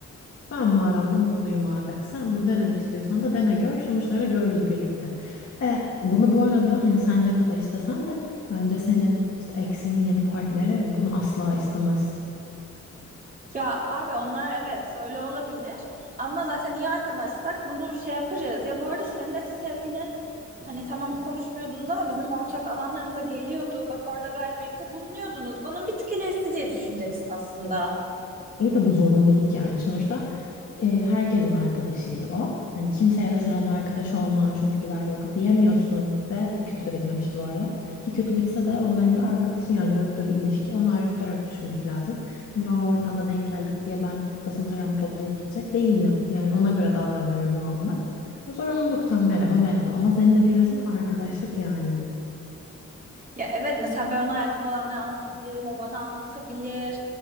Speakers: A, on the left; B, on the right.
A: Ben mağaramda mutluyum abi. Sen bunu denemek istiyorsan da dene gör. Sonuçlarını görürüz birlikte. E, bunu bu arada hani sen ne kadar istesen de bence senin işte eksinin yeni partneri bunu asla istemez.
B: Ya abi onlar evet öyle olabilir ama zaten iyi arkadaşsak bunu şey yaparız. Ya bu arada senin de sevgilin hani tamam konuşmuyordunuz ama bizim ortak alanlarımıza geliyordu. Bak orada gayet birlikte bulunuyordunuz. Bunun bir tık ilerisi diye düşüneceksin aslında.
A: İyi de bu zorunluluk yani. Sonuçta E, herkesin arkadaşıydı o. Hani kimseye de sen onunla arkadaş olma çünkü biz ayrıldık diyemiyorsun. Ve kötü de bitmemişti bu arada. Ki kötü bitse de onların da arkadaşı yani ve bu da bir ilişki. Onu ayrı tutarak düşünmek lazım. Hani o ortamda denk geldik diye ben tasım taramı toplayıp gidecek değilim. Yani ona göre davranıyorum o anda. Zorunluluktan merhaba merhaba. Ama senin dediğin resmen arkadaşlık yani.
B: Ya evet mesela ben ona hayatımda olanları anlatabilirim, o bana anlatabilir.